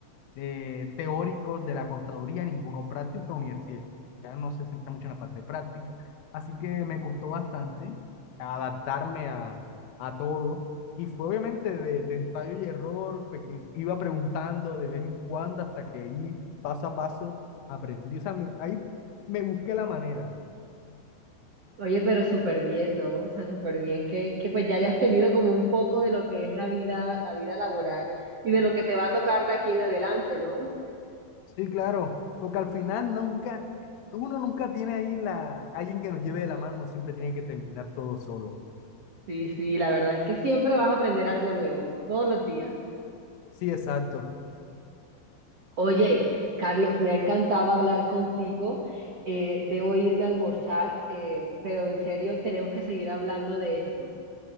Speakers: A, on the left (about 75°); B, on the right (about 60°).
A: eh, teóricos de la contaduría, ninguno práctico. La universidad no se centra mucho en la parte práctica, así que me costó bastante adaptarme a, a todo. Y fue obviamente de, de ensayo y error, peque- iba preguntando de vez en cuando hasta que ahí paso a paso aprendí. O sea, me- ahí me busqué la manera.
B: Oye, pero súper bien, ¿no? O sea, súper bien que, que pues ya hayas tenido como un poco de lo que es la vida, la vida laboral y de lo que te va a tocar de aquí en adelante, ¿no?
A: Sí, claro, porque al final nunca, uno nunca tiene ahí la, alguien que nos lleve de la mano, siempre tiene que terminar todo solo.
B: Sí, sí, la verdad es que siempre vas a aprender algo nuevo, todos los días.
A: Sí, exacto.
B: Oye, Carlos, me ha encantado hablar contigo. eh, debo irme a almorzar, eh, pero en serio, tenemos que seguir hablando de esto.